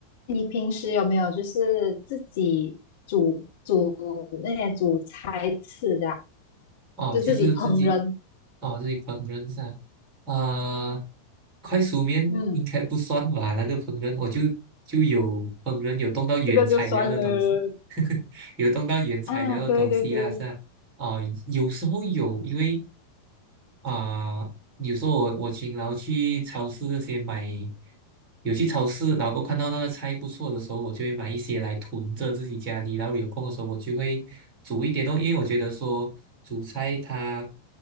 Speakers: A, on the left (about 55°); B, on the right (about 35°).
A: 你平时有没有就是自己煮煮那些煮菜吃的啊
B: 哦，
A: 就自己烹饪？
B: 就是自己哦自己烹饪噻，啊、快熟面应该不算吧？
A: 嗯，
B: 那个烹饪我就就有烹饪有动到原材料的东西，
A: 这个就算了。
B: <laughs> 有动到原材料的东西啦，
A: 啊，对对对，
B: 是啊，啊、有时候有因为。啊、有时候我我勤劳去超市这些买，有去超市，然后过后看到那个菜不错的时候，我就会买一些来囤着自己家里，然后有空的时候我就会煮一点哦，因为我觉得说煮菜它